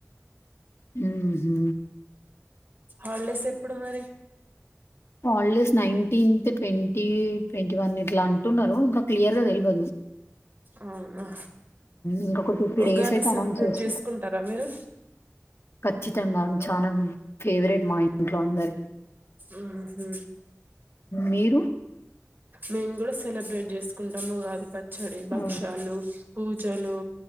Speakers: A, on the left (about 55°); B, on the right (about 40°).
A: హ్మ్ హు
B: హాల్డేస్ ఎప్పుడు మరి
A: హాల్డేస్ నైన్టీన్త్ అయితే ట్వంటీ, ట్వంటీ వన్ ఇట్లా అంటున్నారు. ఇంకా క్లియర్ గా తెల్వాదు.
B: అవునా
A: ఇంకొక టూ త్రీ
B: ఉగాది
A: డేస్ అయితే
B: సెలబ్రేట్
A: అనౌన్స్ చేస్త
B: చేసుకుంటారా మీరు
A: కఖచ్చితంగా చాలా ఫేవరెట్ మా ఇంట్లో అందరికి
B: ఊహు
A: మీరు
B: మేము కూడా సెలబ్రేట్ చేసుకుంటాముగాది ప చ్చడి బక్షాలు
A: ఉహు
B: పూజ జలు